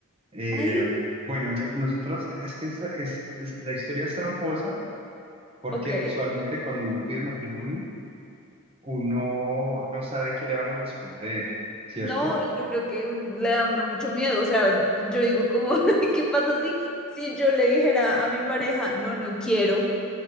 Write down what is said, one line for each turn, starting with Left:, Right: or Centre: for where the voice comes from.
Right: eh,
Centre: ay,
Right: bueno, ya- nosotros, es que es- es- es- la historia es tramposa porque
Centre: ok.
Right: usualmente cuando uno pide matrimonio, uno no sabe qué le van a responder, ¿cierto?
Centre: No, y yo creo que un- le da a uno mucho miedo. O sea, yo digo, como, <laughs> ¿qué pasa si, si yo le dijera a mi pareja, no, no quiero?